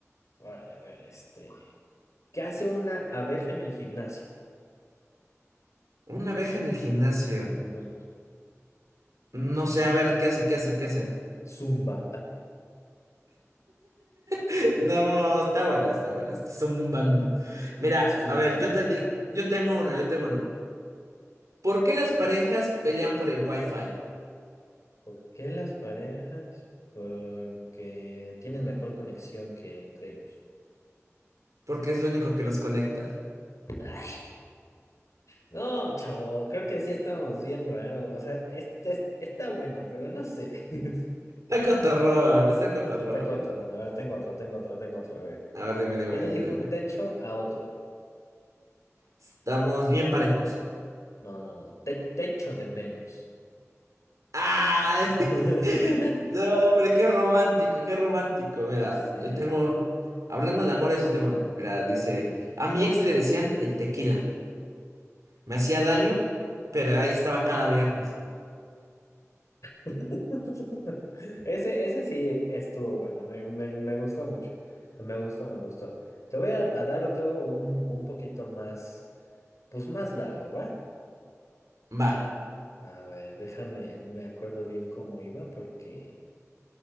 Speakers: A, on the left; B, on the right.
A: Órale, a ver, este. ¿Qué hace una abeja en el gimnasio?
B: Una abeja en el gimnasio.
A: Ajá.
B: No sé, a ver, ¿qué hace? ¿Qué hace? ¿Qué hace?
A: Zumba.
B: <laughs> No, está buena, está buena, está zumbando. Mira,
A: <laughs> Zumbando.
B: a ver, yo te di- yo tengo uno, yo tengo uno. ¿Por qué las parejas pelean por el wifi?
A: ¿Por qué las parejas? Porque tienen mejor conexión que entre ellos.
B: Porque es lo único que los conecta.
A: <laughs> Ay, no, chavo, creo que sí estamos bien raro. O sea, este es- está bueno, pero no sé. <laughs>
B: Está catarrón, está catarrón.
A: Está cotorrón. A ver, tengo otro, tengo otro, tengo otro. A ver.
B: A ver, dime, dime,
A: ¿Qué le
B: dime,
A: dijo
B: dime.
A: un techo a otro?
B: Estamos bien parejos.
A: No, no, no. te- techo de menos.
B: ¡Ay!
A: <laughs>
B: <laughs> No, hombre, qué romántico, qué romántico. Mira,
A: Ya sé.
B: yo tengo. Hablando de amores, yo tengo uno. Mira, dice. A mi ex le decían el tequila. Me hacía daño, pero ahí estaba cada viernes.
A: <laughs> Ese, ese sí estuvo bueno, me, me- me gustó mucho, me gustó, me gustó. Te voy a, a dar otro un, un poquito más, pues más largo, ¿va?
B: Va,
A: A ver, déjame, me acuerdo bien cómo iba porque,